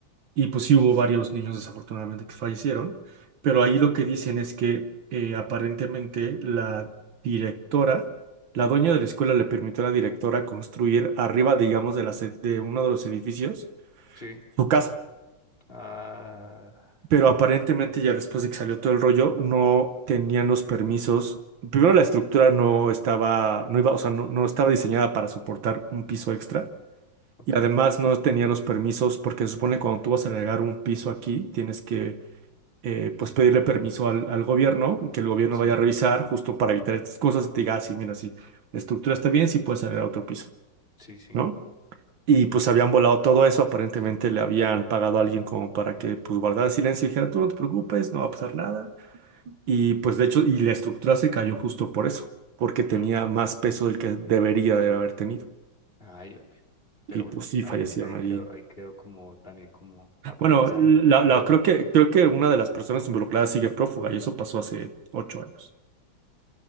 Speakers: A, on the right; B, on the left.
A: Y pues sí hubo varios niños desafortunadamente que fallecieron, pero ahí lo que dicen es que eh, aparentemente la directora, la dueña de la escuela le permitió a la directora construir arriba, digamos, de, las ed- de uno de los edificios
B: sí.
A: su casa.
B: Ah,
A: Pero aparentemente ya después de que salió todo el rollo, no tenían los permisos. Primero la estructura no estaba, no iba, o sea, no, no estaba diseñada para soportar un piso extra.
B: ok.
A: Y además no tenían los permisos porque se supone que cuando tú vas a agregar un piso aquí, tienes que eh, pues pedirle permiso al, al gobierno y que el gobierno
B: Sí,
A: vaya a revisar justo para evitar estas cosas y te diga, ah, sí, mira, sí, la estructura está bien, sí puedes salir a otro piso,
B: sí, sí.
A: ¿no? Y pues habían volado todo eso, aparentemente le habían pagado a alguien como para que pues guardara silencio y dijera, tú no te preocupes, no va a pasar nada. Y pues de hecho, y la estructura se cayó justo por eso, porque tenía
B: mm,
A: más peso del que debería de haber tenido.
B: Ay, pero
A: Y pues
B: bueno,
A: sí,
B: ahí,
A: fallecieron
B: ahí
A: allí.
B: quedó, ahí quedó como también como aprendizaje.
A: Bueno, la,
B: No,
A: la-
B: no.
A: creo que, creo que una de las personas involucradas sigue prófuga y eso pasó hace ocho años.